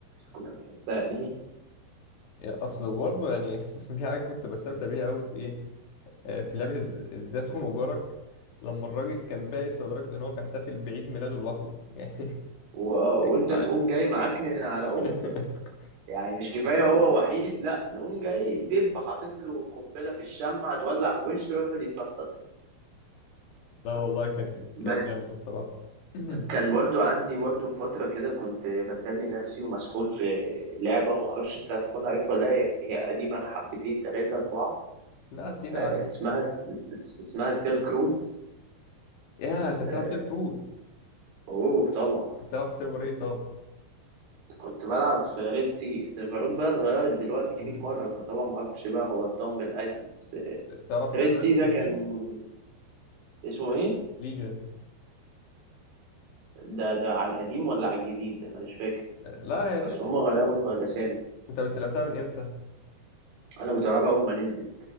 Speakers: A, on the right; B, on the left.
A: كنا بنحسها دي
B: يعني اصل برضه يعني <laughs> في حاجه كنت بستمتع بيها قوي في ايه آه، في لعبه إز- ازاي تخنق جارك لما الراجل كان بائس لدرجه ان هو بيحتفل بعيد ميلاده لوحده <laughs> يعني
A: <laughs> و...
B: يا
A: وانت
B: جدعان
A: تقوم جاي معكنن على امه
B: <laughs>
A: يعني مش كفاية هو وحيد لا نقوم جاي دب حاطط له قنبلة في الشمعة تولع في وشه ويقعد يتنطط
B: لا والله كان كان
A: بس
B: جامد الصراحه <clears throat>
A: كان برضو عندي برضو فترة كده كنت بسلي نفسي ومسحول في لعبة معرفش انت هتكون عارفها ولا لا، هي هي قديمة حبتين تلاتة أربعة
B: نقت لينا
A: آه،
B: عليك
A: اسمها س- س- اسمها سيلك رود
B: يا انت بتلعب
A: آه،
B: سيلك رود
A: اوه طبعا
B: بتلعب في سيرفر ايه طب
A: كنت بلعب في ريد سي السيرفرات بقى اتغيرت دلوقتي 100
B: مم.
A: مرة فطبعا معرفش بقى هو اتضم لأنهي بس
B: تعرف سيرفر
A: ريد سي
B: اسمه
A: ده كان
B: ليجن
A: اسمه ايه؟
B: ليجن
A: ده ده على القديم ولا على الجديد ده انا مش فاكر
B: لا هي
A: بس
B: سيلك
A: هما غيروا الأسامي
B: انت بت- لعبتها من امتى
A: انا كنت بلعبها أول ما نزلت